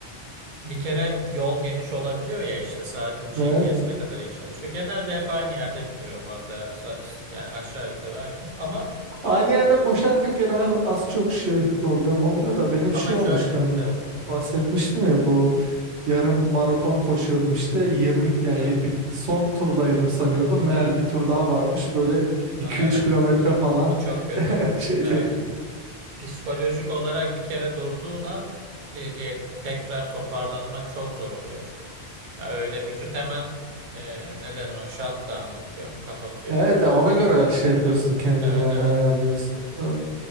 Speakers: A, on the right; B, on the right.
A: bir kere yol geniş olabiliyor ya işte saatin GPS'i
B: Evet.
A: ne kadar iyi çalışıyor. Genelde hep aynı yerde bitiriyor bu arada. Sa- yani aşağı yukarı aynı. Ama
B: Aynı yerde koşarken gene az, az çok şey problem olmuyor da benim
A: ama
B: şey
A: şöyle
B: olmuştu hani
A: evet.
B: bu-
A: Hı hı.
B: bahsetmiştim
A: Şöyle.
B: ya bu yarım maraton koşuyordum işte 20 yani
A: Evet.
B: bir, son turdaydım sanıyordum meğer
A: Evet.
B: bir tur daha varmış böyle
A: Ha,
B: iki
A: evet.
B: üç kilometre falan
A: O çok kötü
B: <laughs>
A: oluyor.
B: şeydi
A: Evet. Psikolojik olarak bir kere durduğun an e, ge- tekrar toparlanmak çok zor oluyor. Ya öyle vücut hemen e, ne denir o shutdown yapıyor, kapatıyor.
B: Evet ya ona göre şey yapıyorsun
A: Evet.
B: kendini
A: Evet
B: yani
A: evet.
B: ayarlıyorsun. Ee,